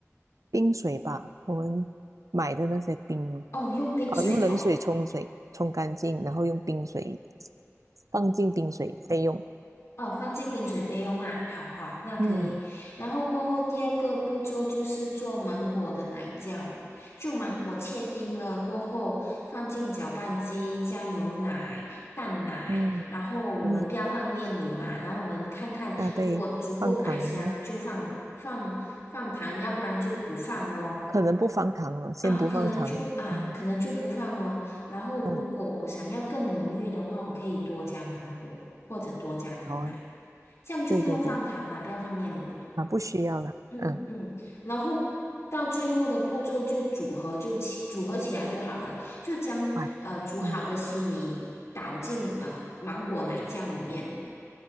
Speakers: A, on the right; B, on the left.
A: 冰水吧，我们买的那些冰哦，
B: 哦，用冰水哦。
A: 哦，用冷水冲水，冲干净，然后用冰水放进冰水备用。
B: 哦，放进冰水备用啦。好好，那可以。
A: 嗯
B: 然后过后第二个步骤就是做芒果的奶酱，就芒果切丁了过后，放进搅拌机加牛奶、淡奶，
A: 嗯嗯，
B: 然后我们不要放炼乳嘛，然后我们看看如果足够奶香就放放放糖，
A: 啊，对，放糖
B: 要不然就不放咯。
A: 可能不放糖了，先不放糖。
B: 啊，可能就啊，
A: 嗯
B: 可能就不放咯。然后如果我想要更浓郁的话，
A: 嗯，
B: 我可以多加芒果或者多加牛奶。
A: 好啊，
B: 这样就不用放糖了，
A: 对对对，
B: 不要放炼乳了。
A: 啊，不需要了。
B: 嗯嗯，
A: 嗯，
B: 然后到最后的步骤就组合就起组合起来就好了，就将呃煮好的西米倒进呃芒果奶酱里面
A: 啊，嗯